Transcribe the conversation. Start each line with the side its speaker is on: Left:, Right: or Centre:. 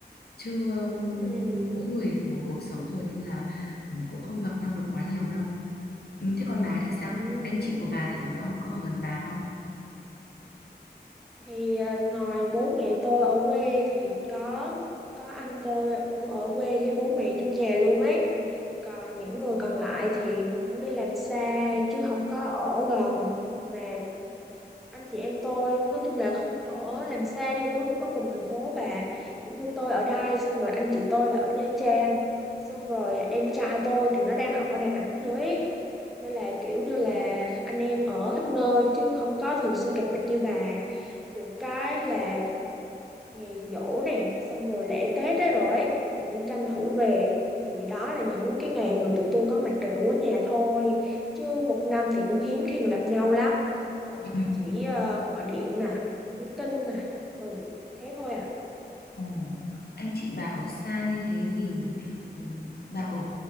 Left: chứ um,
Centre: Ừm.
Left: mỗi người một cuộc sống rồi nên là ừ, cũng không gặp nhau được quá nhiều đâu ừ, thế còn bà thì sao
Centre: Ừm.
Left: anh chị của bà thì ở đâu có ở gần bà không
Centre: Thì ờ, ngoài bố mẹ tôi ở quê thì có có anh tôi cũng ở quê với bố mẹ trong nhà luôn ấy. Còn những người còn lại thì cũng đi làm xa chứ không có ở gần mà anh chị em tôi nói chung là không ở làm xa nhưng cũng không có cùng thành phố bà kiểu như tôi ở Đài xong rồi anh chị tôi là ở Nha Trang xong rồi em trai tôi thì nó đang học ở Đà Nẵng nữa ấy. nên là kiểu như là anh em ở khắp nơi chứ không có thường xuyên gặp mặt như bà được cái là ngày giỗ nè xong rồi lễ Tết đấy rồi ấy, thì cũng tranh thủ về thì đó là những cái ngày mà tụi tôi có mặt đầy đủ ở nhà thôi chứ một năm thì cũng hiếm khi mà gặp nhau lắm còn
Left: Ừ.
Centre: chỉ ờ, gọi điện nè, nhắn tin nè. Ừ, thế thôi à.
Left: Ừ. Anh chị bà ở xa như thế thì ừ, bà ở